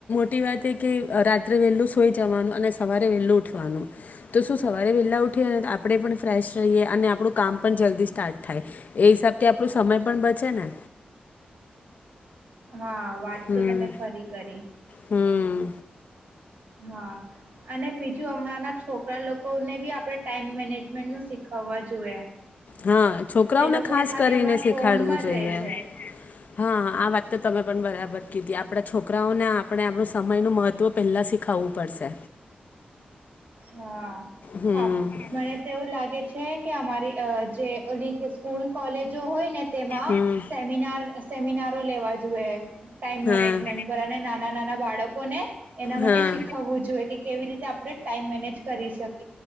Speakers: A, on the left; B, on the right.
A: મોટી વાત એ કે રાત્રે વેહેલું સોઈ જવાનું અને સવારે વેલું ઉઠવાનું તો શું સવારે વેલા ઉઠીએ ને આપણે પણ ફ્રેશ રહીએ અને આપણું કામ પણ જલ્દી સ્ટાર્ટ થાય એ હિસાબથી આપણું સમય પણ બચે ને
B: હા વાત
A: હમ
B: તો તમે ખરી કરી
A: હમ
B: હા અને બીજું હમણાંના છોકરા લોકોને બી આપણે ટાઈમ મેનેજમેન્ટ નું શીખવવા જોઈએ
A: હા છોકરાઓને
B: એ લોકો
A: ખાસ
B: ખાલી
A: કરીને
B: હમણાં
A: શીખાડવું
B: ફોનમાં જ
A: જોઈએ
B: રહે છે
A: હા આ વાત તો તમે પણ બરાબર કીધી આપડા છોકરાઓને આપણે આપણું સમય નું મહત્વ પેલા શીખાવવું પડશે
B: હા
A: હમ
B: હા મને તોવું લાગે છે કે અમારી અ જે ઓલી સ્કૂલ કોલેજો હોય ને તેમાં
A: હમ
B: સેમિનાર સેમિનાર લેવા જુવે ટાઈમ
A: હા
B: મેનેજમેન્ટ પર અને નાના નાના બાળકોને એના
A: હા
B: માટે શીખવવું જોઈએ કે કેવી રીતે આપડે ટાઈમ મેનેજ કરી શકે